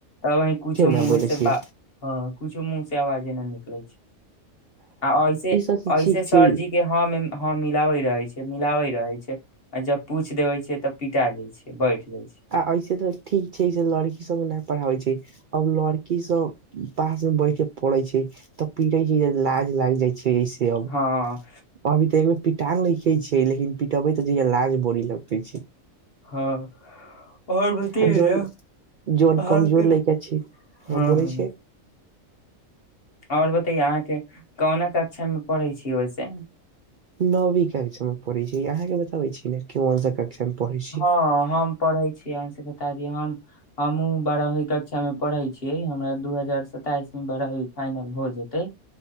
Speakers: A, on the left; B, on the right.
A: तब हीं कुछो
B: न
A: मुँहे
B: बोले
A: से
B: छी
A: ब ह कुछो मुह से आवाजे न निकले छै आ ऐसे
B: ई सब तऽ
A: ऐसे
B: ठीक
A: सरजी
B: छै
A: के हँ मे हँ मिलाबै रहै छै मिलाबै रहै छै आ जब पूछि देवे छै त पिटा जाय छै बैठ जाय छै
B: आ ऐसे तऽ ठीक छै से लड़की सब नहि पढ़ाबै छै अब लड़की सब पास मे बैठ के पड़े छै तऽ पिटे छै लाज लाग जाइ छै ऐसे अब
A: हँ
B: अभी त एक बेर पिटायल‌ पिखे छै लेकिन पिटेबे त जहिया लाज बड़ी लगते छै
A: हँ ओर बतैयो‌न‌
B: आ जौन जौन
A: अहाँके
B: कमजोर लैका छै
A: हँ
B: हम बोलै छै
A: ओर बतैयो अहाँके कोना कक्षा मे पढ़ै छी ओहिसे
B: नवी कक्षा मे पढ़ै छै अहाँके बताबै छी ने कन सा क स पढै‌छै
A: हँ हम पढ़ै छियै अहाॅंस बता दी हम हमहु बारहवीं कक्षा में पढ़े छियै हमरा दू हजार सताईस में बारहवीं फाइनल हो जेते <inaudible>